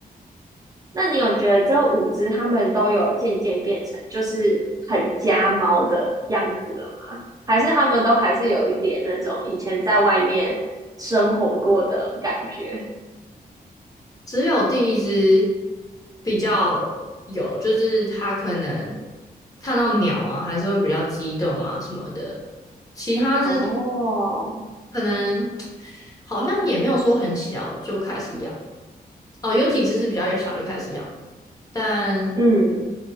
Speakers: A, on the right; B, on the left.
A: 那你有觉得这五只它们都有渐渐变成就是很家猫的样子了吗？还是它们都还是有一点那种以前在外面生活过的感觉？
B: 只有第一只比较有，就是它可能看到鸟啊，还是会比较激动啊什么的。其他只
A: 哦，
B: 可能 <tsk> 好像也没有说很小就开始养哦，有几只是比较小就开始养，但
A: 嗯，